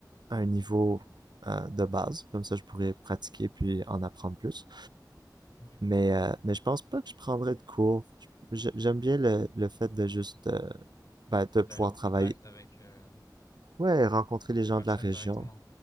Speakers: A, on the right (about 75°); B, on the left (about 50°).
A: à un niveau euh, de base. Comme ça, je pourrais pratiquer, puis en apprendre plus.
B: Ok.
A: Mais, euh, mais je pense pas que je prendrais de cours. Je- J'aime bien le, le fait de juste, euh, bah, de
B: D'aller
A: pouvoir
B: au
A: travailler.
B: contact avec, euh,
A: Ouais, rencontrer
B: avec
A: les
B: les
A: gens
B: personnes
A: de la région.
B: directement.